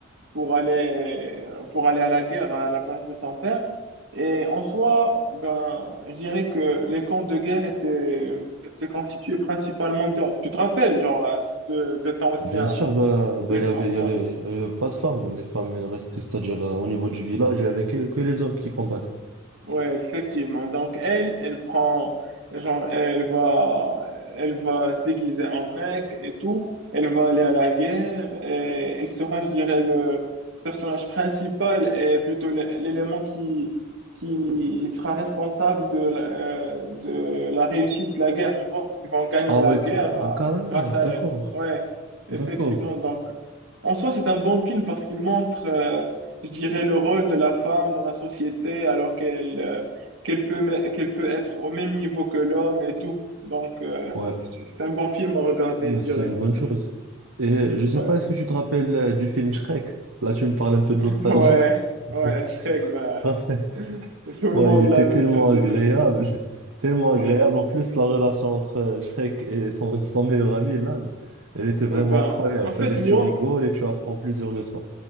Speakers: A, on the right; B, on the right.
A: pour aller, pour aller à la guerre à la place de son père. Et en soi, ben, je dirais que les camps de guerre étaient, étaient constitués principalement d'hommes. Tu te rappelles, genre, de, de temps anciens,
B: Bien sûr, bah, bah,
A: les
B: il
A: femmes,
B: y avait, il y
A: ouais.
B: avait, il y avait pas de femmes. Les femmes, elles restaient, c'est-à-dire euh, au niveau du village, il y avait que, que les hommes qui combattaient.
A: Ouais, effectivement. Donc elle, elle prend, genre, elle va, elle va se déguiser en mec et tout. Elle va aller à la guerre et elle sera, je dirais, le personnage principal et plutôt l'é- l'élément qui, qui sera responsable de la, euh, de la réussite de la guerre, tu vois. Ils vont gagner
B: Ah
A: la
B: ouais,
A: guerre
B: que- ah,
A: euh,
B: carrément,
A: grâce à
B: d'accord,
A: elle. Ouais, effectivement.
B: d'accord.
A: Donc, en soi, c'est un bon film parce qu'il montre, euh, je dirais, le rôle de la femme dans la société alors qu'elle euh, qu'elle peut, me- qu'elle peut être au même niveau que l'homme et tout. Donc, euh,
B: Ouais,
A: c'est c'est un bon film à regarder,
B: mais
A: je
B: c'est
A: dirais.
B: une bonne chose. Et je sais
A: Ouais,
B: pas, est-ce que tu te rappelles euh, du film Shrek? Là, tu me parles un peu de
A: <laughs>
B: nostalgie.
A: ouais, ouais,
B: <laughs>
A: Shrek,
B: Tu te
A: ben,
B: rappelles?
A: tout le
B: Ouais,
A: monde
B: il était
A: l'a vu,
B: tellement
A: ce film-là.
B: agréable, <laughs> tellement agréable.
A: Ouais,
B: En plus, la relation entre euh, Shrek et son, <laughs> son meilleur ami, Lan, elle était vraiment
A: ouais, ben,
B: incroyable.
A: en
B: C'est-à-dire,
A: fait, moi,
B: tu rigoles et tu apprends plusieurs leçons.